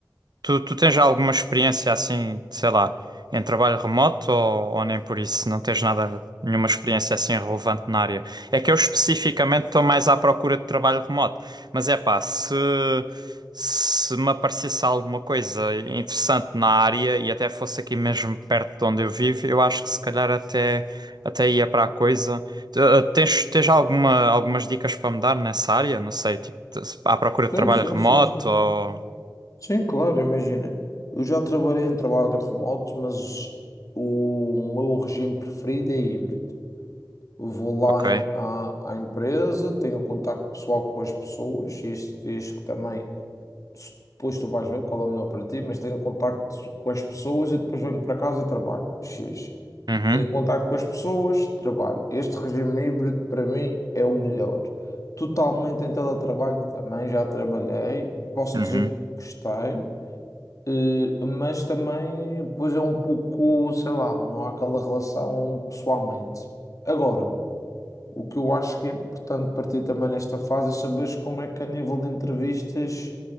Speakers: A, on the right; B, on the left.
A: Tu, tu tens já alguma experiência assim, sei lá, em trabalho remoto ou, ou nem por isso? Não tens nada, nenhuma experiência assim relevante na área? É que eu especificamente estou mais à procura de trabalho remoto. Mas é pá, se, se me aparecesse alguma coisa interessante na área e até fosse aqui mesmo perto de onde eu vivo, eu acho que se calhar até, até ia para a coisa. Eh, eh, Tens, tens alguma, algumas dicas para me dar nessa área? Não sei, tipo, à procura de
B: Sim,
A: trabalho
B: sim,
A: remoto
B: sim, sim.
A: ou.
B: Sim, claro, imagina. Eu já trabalhei em trabalho remoto, mas o meu regime preferido é híbrido. Eu vou lá
A: Ok.
B: em- à, à empresa, tenho contacto pessoal com as pessoas, isto, isto que também, se- depois tu vais ver qual é o melhor para ti, mas tenho contacto com as pessoas e depois venho para casa e trabalho. X.
A: Uhum,
B: Tenho contato com as pessoas, trabalho. Este regime híbrido para mim é o melhor. Totalmente em teletrabalho também, já trabalhei, posso
A: uhum.
B: dizer que gostei, eh, mas também pois é um pouco, sei lá, não há aquela relação pessoalmente. Agora, o que eu acho que é importante para ti também nesta fase é saberes como é que a nível de entrevistas